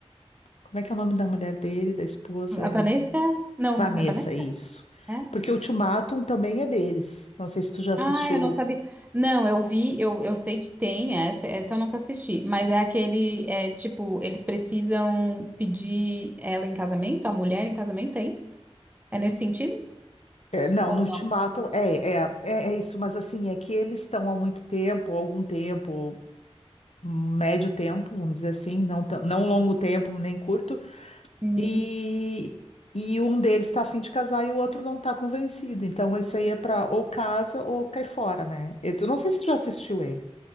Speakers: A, on the left; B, on the right.
A: como é que é o nome da mulher dele, da esposa? É
B: A Vanessa? Não,
A: Vanessa,
B: é Vanessa?
A: isso.
B: É?
A: Porque o Ultimatum também é deles. Não sei se tu já assistiu.
B: Ah, eu não sabia. Não, eu vi, eu, eu sei que tem essa, essa eu nunca assisti, mas é aquele, é tipo, eles precisam pedir ela em casamento, a mulher em casamento, é isso? É nesse sentido?
A: É, não,
B: Ou-
A: no Ultimatum é, é, é, é isso, mas assim, é que eles estão há muito tempo, há algum tempo. médio tempo, vamos dizer assim, não, tão- não longo tempo, nem curto,
B: Uhum.
A: e, e um deles está a fim de casar e o outro não está convencido. Então, isso aí é para ou casa ou cai fora, né? Eu tu- não sei se tu já assistiu ele.